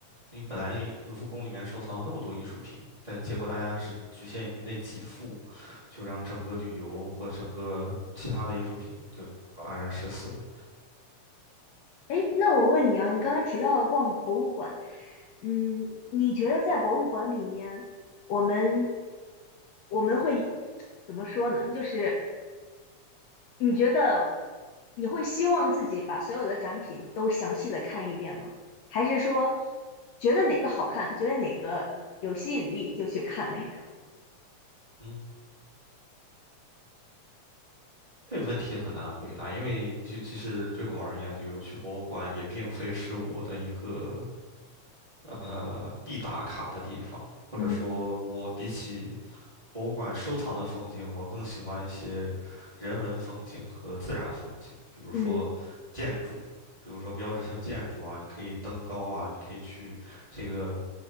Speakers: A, on the right; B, on the left.
A: 因为本来卢浮宫里面收藏了那么多艺术品，但结果大家只局限于那几幅，就让整个旅游和整个其他的艺术品就黯然失色了。
B: 哎，那我问你啊，你刚才提到了逛博物馆，嗯，你觉得在博物馆里面，我们我们会 <tsk> 怎么说呢？就是你觉得你会希望自己把所有的展品都详细的看一遍吗？还是说觉得哪个好看，觉得哪个有吸引力就去看哪个？
A: 嗯，这个问题很难回答，因为就其实对我而言，旅游去博物馆也并非是我的一个呃必打卡的地方，或者说，
B: 嗯
A: 我比起博物馆收藏的风景，我更喜欢一些人文风景和自然风景，比如说建筑，
B: 嗯，
A: 比如说标志性建筑啊，你可以登高啊，你可以去这个